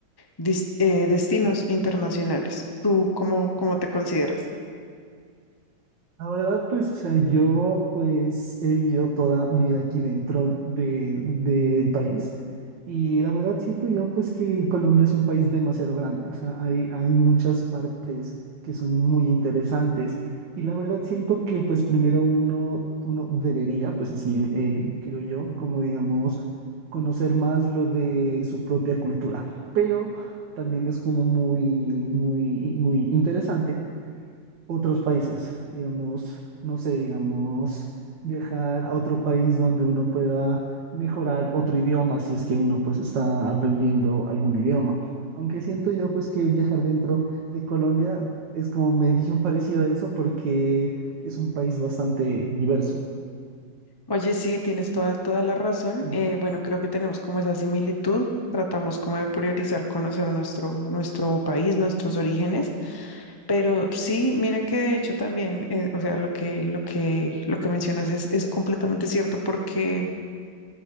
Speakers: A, on the left; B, on the right.
A: dis- eh, destinos internacionales. ¿Tú cómo, cómo te consideras?
B: La verdad, pues, o sea, yo pues he vivido toda mi vida aquí dentro de, del país. Y la verdad siento yo pues que Colombia es un país demasiado grande, o sea, hay, hay muchas partes que son muy interesantes y la verdad siento que pues primero uno, uno debería, pues así eh, creo yo, como digamos, conocer más lo de su propia cultura, pero también es como muy, muy, muy interesante otros países, digamos, no sé, digamos, viajar a otro país donde uno pueda mejorar otro idioma si es que uno pues está aprendiendo algún idioma. Aunque siento yo pues que viajar dentro de Colombia es como medio <laughs> parecido a eso porque es un país bastante diverso.
A: Oye, sí, tienes toda, toda la razón.
B: Mm,
A: Eh, bueno, creo que tenemos como esa similitud. Tratamos como de priorizar conocer nuestro, nuestro país, nuestros orígenes. Pero sí, mira que de hecho también, eh, o sea, lo que, lo que, lo que mencionas es, es completamente cierto porque